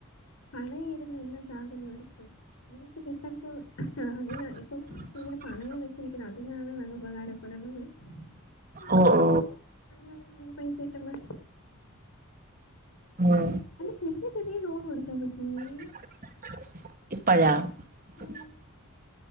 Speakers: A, on the left (about 70°); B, on the right (about 40°).
A: പണയിരുന്ന എല്ലാ സാധനവും എടുത്ത് എനിക്ക് കിട്ടുമ്പോ
B: <inaudible>
A: അതിനാ ഇപ്പം ഇങ്ങനെ പണയം വെച്ചിരിക്കുന്നത് അതിനാണ് നല്ല ഉപകാരപ്പെടുന്നത് അല്ലേ
B: ഒ ഓ
A: നല്ല പൈസ കിട്ടുമ്പോ
B: ഉം
A: അല്ല ചെറിയ ചെറിയ ലോൺ എടുക്കാൻ പറ്റുമേ
B: <unintelligible> ഇപ്പഴാ <unintelligible>
A: ഓ